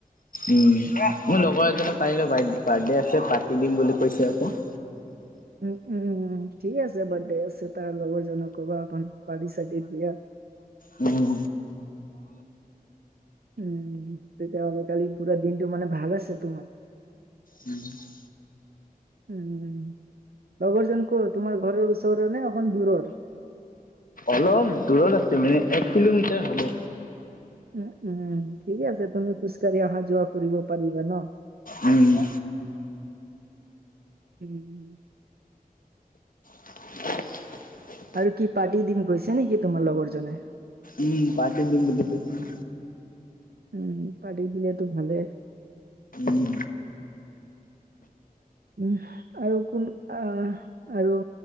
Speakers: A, on the left; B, on the right.
A: উম, মোৰ লগৰ এজনৰ কাইলৈ ব বাৰ্থডে আছে পাৰ্টি দিম বুলি কৈছে আকৌ।
B: উম, উম, উম ঠিকে আছে বাৰ্থডে আছে তাৰ লগৰজনক ক'বা আ'ক পাৰ্টি চাৰ্টি দিয়া।
A: উম।
B: উম, তেতিয়াহ'লে কালি পুৰা দিনটো মানে ভাল আছে তোমাৰ।
A: উম <unintelligible>
B: উম, লগৰজন ক'ৰ তোমাৰ ঘৰৰ ওচৰ নে অকন দূৰৰ?
A: অলপ দূৰত আছে মানে এক কিলোমিটাৰ হ'ব।
B: উম, উম ঠিকে আছে, তুমি খোজকাঢ়ি অহা যোৱা কৰিব পাৰিবা ন?
A: উম।
B: উম।
A: <unintelligible>
B: আৰু কি পাৰ্টি দিম কৈছে নেকি তোমাৰ লগৰজনে?
A: উম, পাৰ্টি দিম বুলি কৈছে।
B: উম, পাৰ্টি দিলেতো ভালেই।
A: উম।
B: উ আৰু কোন আহ আৰু